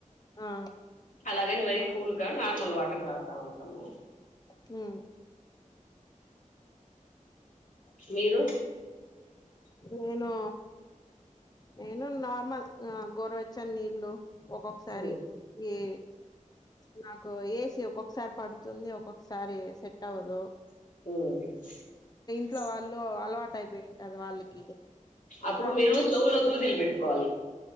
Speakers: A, on the left; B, on the left.
A: ఆ
B: అలా కాని మరీ కూల్ కా నార్మల్ వాటర్ తాగుతా ఉంటాము
A: మ్
B: అ మీరు
A: నేను నేను నార్మల్ గోరు వెచ్చని నీళ్లు ఒక్కొక్కసారి
B: ఉమ్
A: ఏ నాక్ ఏసీ ఒక్కొక్కసారి పడుతుంది ఒక్కొక్కసారి సెట్ అవ్వదు.
B: మ్
A: ఇంట్లోవాల్ అలవాట్ అయిపోయింటది వాళ్ళకి
B: అప్పుడు
A: కాబట్టి
B: మీరు చెవులో దూదిల్ పెట్టుకోవాలి.